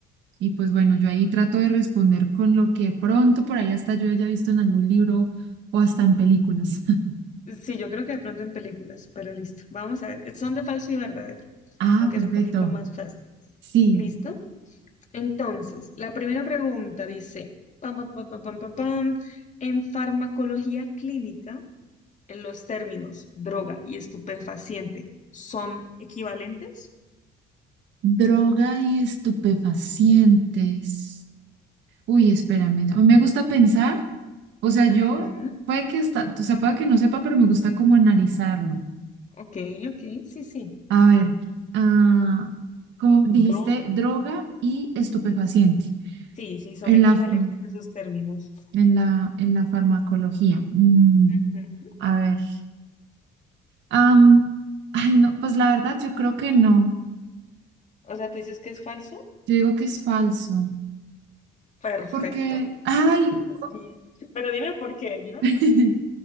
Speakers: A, on the right; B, on the left.
A: y pues bueno, yo ahí trato de responder con lo que pronto por ahí hasta yo haya visto en algún libro o hasta en películas. <laughs>
B: Sí, yo creo que de pronto en películas, pero listo. Vamos a ver, son de falso y verdadero,
A: Ah,
B: para que
A: perfecto.
B: es un poquito más fácil.
A: Sí,
B: ¿Listo? Entonces, la primera pregunta dice, pam, pam, pam, pam, pam, pam, pam, en farmacología clínica, los términos droga y estupefaciente son equivalentes?
A: droga y estupefacientes. Uy, espérame, a mí me gusta pensar, o sea, yo
B: Ujú,
A: puede que hasta, o sea, puede que no sepa, pero me gusta como analizarlo.
B: Ok, ok, sí, sí.
A: A ver, ah, como dijiste,
B: Dro-
A: droga y estupefaciente.
B: sí, sí, son
A: El
B: equivalentes
A: AFA.
B: esos términos.
A: en la, en la farmacología. Mm,
B: Ujú.
A: a ver. Am, ay, no, pues la verdad yo creo que no.
B: O sea, ¿tú dices que es falso?
A: Yo digo que es falso.
B: Perfecto.
A: Porque, ay,
B: Estás bien. Pero dime por qué, dime
A: <laughs>
B: por qué.